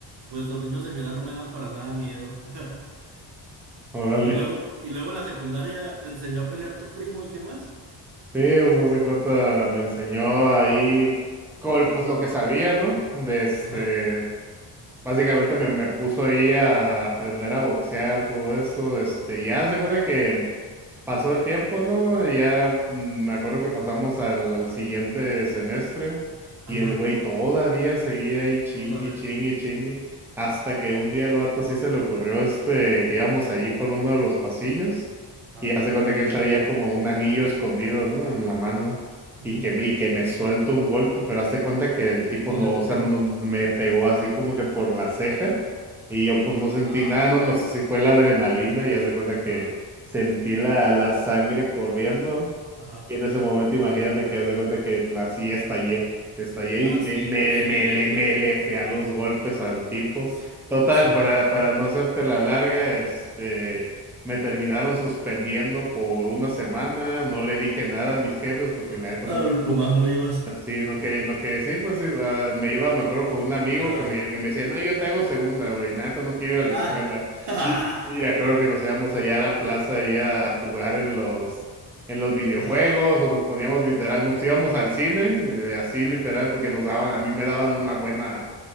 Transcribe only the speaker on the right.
pues los niños de mi edad no me dan para nada miedo. <laughs>
Y luego, y luego en la secundaria te enseñó a pelear tu primo y qué más.
Ajá,
ajá,
otra vez.
Ajá,
ujú.
¿Dónde
te
pegó?
Ajá,
ah,
ajá,
ajá.
Ah,
sí,
pues sí,
güey.
Sí,
sí.
Ah,
lo más no ibas.
Ajá,
ah,
<laughs>
ajá,
ajá.